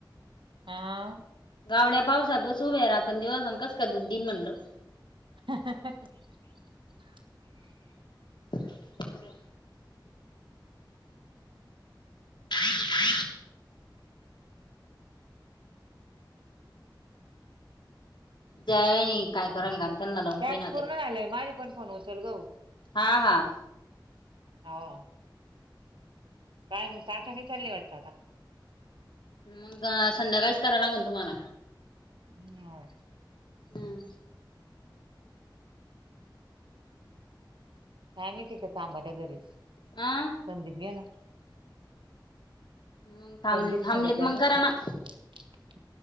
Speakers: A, on the right (about 85°); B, on the left (about 70°).
A: हा.
B: गावड्या पावसात व सु उभ्या रात दिवसा कस का दुधदीन म्हणलं.
A: ह <inaudible>
B: हो. हम्.. जय काय करायला का. त्यांना लावून
A: टॅक्स
B: पहिना
A: पूर्ण
B: ते
A: झालाय माझे पण फोन उचल गऊ.
B: हा हा
A: हा. काय त खाने चालली वाटत आता.
B: मग संध्याकाळीच करा लागेल तुम्हाला.
A: हम.
B: हम.
A: काय मी ठीक आहे तांबाच्या्या घरीच
B: हा
A: संधीत गेला.
B: मग थांब
A: संदीप
B: थांबलेत
A: सरजाने
B: मग करा
A: त्यांनी.
B: ना